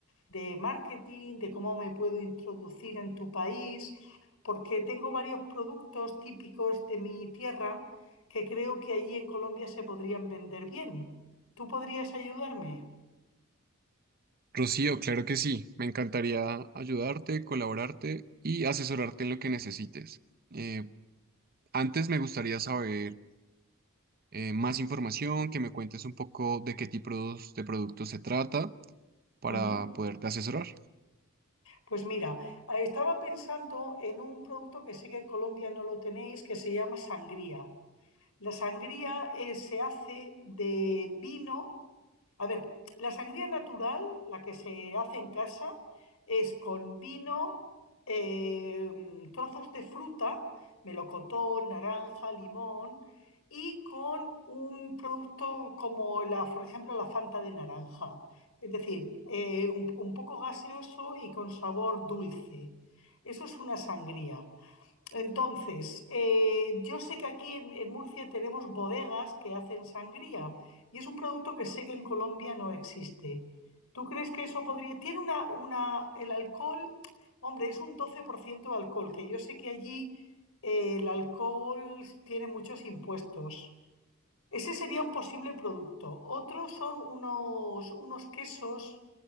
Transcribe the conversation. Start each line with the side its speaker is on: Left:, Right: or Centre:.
Left: de marketing, de cómo me puedo introducir en tu país, porque tengo varios productos típicos de mi tierra que creo que allí en Colombia se podrían vender bien. ¿Tú podrías ayudarme?
Right: Rocío, claro que sí. Me encantaría ayudarte, colaborarte y asesorarte en lo que necesites. Eh, antes me gustaría saber eh, más información, que me cuentes un poco de qué tipos de productos se trata para
Left: Ujú.
Right: poderte asesorar.
Left: Pues mira, eh, estaba pensando en un producto que sé que en Colombia no lo tenéis, que se llama sangría. La sangría eh, se hace de vino A ver, la sangría natural, la que se hace en casa, es con vino, eh, trozos de fruta, melocotón, naranja, limón, y con un producto como la, por ejemplo, la Fanta de naranja. Es decir, eh, un, un poco gaseoso y con sabor dulce. Eso es una sangría. Entonces, eh, yo sé que aquí en, en Murcia tenemos bodegas que hacen sangría y es un producto que sé que en Colombia no existe. ¿Tú crees que eso podría... Tiene una, una- el alcohol, hombre, es un 12% de alcohol, que yo sé que allí eh, el alcohol tiene muchos impuestos. Ese sería un posible producto. Otros son unos, unos quesos